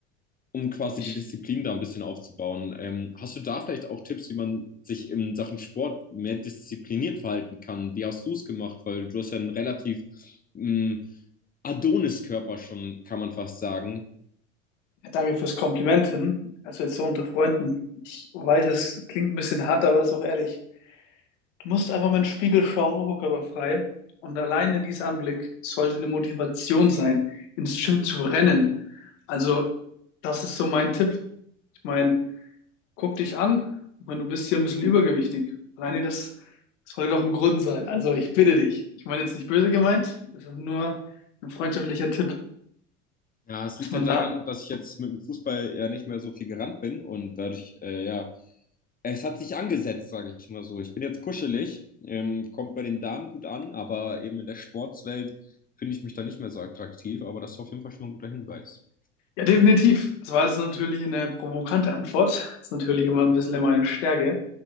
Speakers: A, on the left (about 20°); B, on the left (about 70°).
A: um quasi
B: Ich
A: die Disziplin da ein bisschen aufzubauen. Ähm, hast du da vielleicht auch Tipps, wie man sich in Sachen Sport mehr diszipliniert verhalten kann? Wie hast du es gemacht? Weil du hast ja einen relativ ähm, Adonis-Körper schon, kann man fast sagen.
B: ja, danke fürs Kompliment hin. Also jetzt so unter Freunden. Ich weiß, es klingt ein bisschen hart, aber ist auch ehrlich. Du musst einfach mal in den Spiegel schauen, oberkörperfrei. Und alleine dieser Anblick sollte eine Motivation sein, ins Gym zu rennen. Also, das ist so mein Tipp. Ich meine, guck dich an. Ich meine, du bist hier ein bisschen übergewichtig. Alleine das soll doch ein Grund sein. Also, ich bitte dich. Ich meine jetzt nicht böse gemeint. Das ist nur ein freundschaftlicher Tipp,
A: Ja, es
B: dass
A: liegt
B: man
A: halt daran,
B: da.
A: dass ich jetzt mit dem Fußball ja nicht mehr so viel gerannt bin und dadurch, äh, ja, es hat sich angesetzt, sage ich mal so. Ich bin jetzt kuschelig, ähm, kommt bei den Damen gut an, aber eben in der Sportswelt finde ich mich da nicht mehr so attraktiv, aber das ist auf jeden Fall schon mal ein guter Hinweis.
B: Ja, definitiv. Das war jetzt natürlich eine provokante Antwort. Das ist natürlich immer ein bisschen meine Stärke.